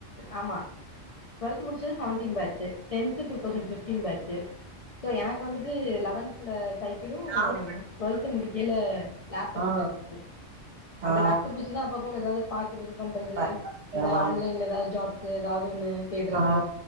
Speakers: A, on the left; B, on the right.
A: ஆமா டுவெல்த் முடிச்சது seven batch tenth two thousand fifteen batch எனக்கு வந்துட்டு லவன்த்ல சைக்கிளு
B: நாங்க
A: டுவெல்த் முடிக்கேல லேப்டாப்பு
B: ஆ
A: கெடச்சது அந்த
B: ஆ
A: லேப்டாப் அப்பப்ப ஏதாவது பாக்குறது பண்றது
B: பரவால்ல
A: இந்த
B: பரவால்ல
A: ஆன்லைன்ல ஏதாவது ஜாப்ஸு ஏதாவது ஒன்னு தேடுறது
B: ஆ